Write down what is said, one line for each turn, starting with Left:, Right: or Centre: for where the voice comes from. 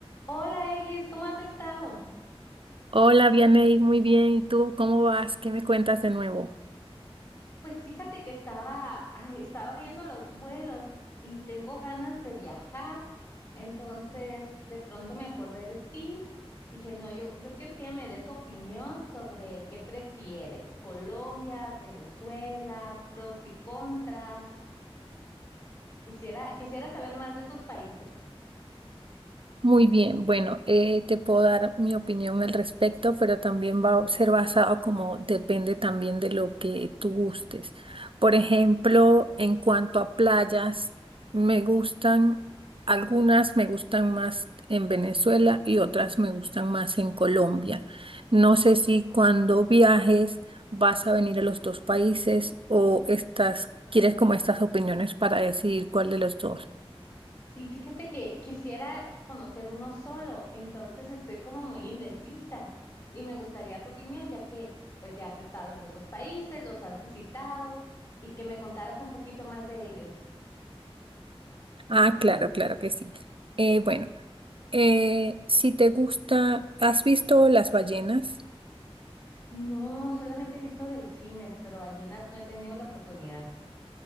Left: Hola, Eglis, ¿cómo has estado?
Right: Hola, Vianey, muy bien. ¿Y tú cómo vas? ¿Qué me cuentas de nuevo?
Left: Pues fíjate que estaba, ay, estaba viendo los vuelos y tengo ganas de viajar. Entonces, de pronto me acordé de ti. Dije, no, yo, yo quiero que ella me dé su opinión sobre qué prefiere, Colombia, Venezuela, pros y contras. Quisiera, quisiera saber más de esos países.
Right: Muy bien, bueno, eh, te puedo dar mi opinión al respecto, pero también va a ser basado como depende también de lo que tú gustes. Por ejemplo, en cuanto a playas, me gustan, algunas me gustan más en Venezuela y otras me gustan más en Colombia. No sé si cuando viajes vas a venir a los dos países o estás, quieres como estas opiniones para decidir cuál de los dos.
Left: Sí, fíjate que quisiera conocer uno solo, entonces estoy como muy indecisa y me gustaría tu opinión, ya que pues ya has estado en los dos países, los has visitado y que me contaras un poquito más de ellos.
Right: Ah, claro, claro que sí. Eh, bueno. Eh, si te gusta, ¿has visto las ballenas?
Left: No, solamente he visto delfines, pero ballenas no he tenido la oportunidad.